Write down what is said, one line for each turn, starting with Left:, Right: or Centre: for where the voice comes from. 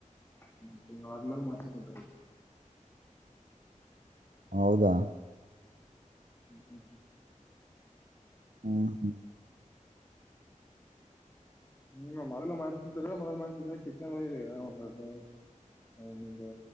Left: ಹ್ಮ ನಾರ್ಮಲ್ ಮತ್ತ ಕುಂದರ್ತೈತಿ.
Right: ಹೌದಾ
Left: ಹ್ಮ್ ಹ್ಮ್.
Right: ಹ್ಮ ಹ್ಮ
Left: ಹ್ಮ್ ಮೊದ್ಲು ಮಾಡ್ಸಿದ್ರ ಮೊದ್ಲು ಮಾಡ್ಸಿದ್ರ ಚಿಚ್ಚರ ಒಂದೆ <unintelligible> ಒಂದು